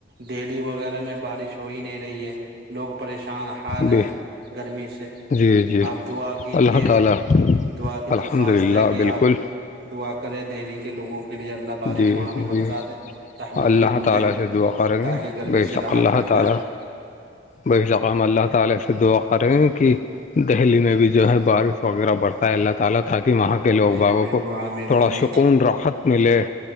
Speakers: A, on the right (about 55°); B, on the left (about 40°).
A: دہلی وغیرہ میں بارش ہو ہی نہیں رہی ہے لوگ پریشان حال ہیں
B: بے
A: گرمی سے
B: جی جی
A: آپ دعا کیجیے
B: اللہ تعالیٰ
A: دعا کی
B: الحمد
A: درخواست
B: للہ
A: ہے کہ
B: بالکل
A: آپ دعا کریں دہلی کے لوگوں کے لیے اللہ بارش
B: جی
A: وہاں بھی برسات
B: جی
A: ہے رحمد
B: اللہ
A: کی بوندیں
B: تعالیٰ سے دعا کریں
A: تاکہ
B: گے
A: گرمی
B: بے
A: سے
B: شک
A: راحت
B: اللہ
A: مل
B: تعالیٰ
A: جائے ہ <inaudible>
B: بے شکام اللہ تعالی سے دعا کریں کہ دہلی میں بھی جو ہے بارش وغیرہ بڑھتا ہے اللہتعالی تاکہ وہاں کے لوگ
A: جی
B: باغوں
A: جی بالکل
B: کو
A: آمین
B: تھوڑا
A: آمین
B: سکون راحت ملے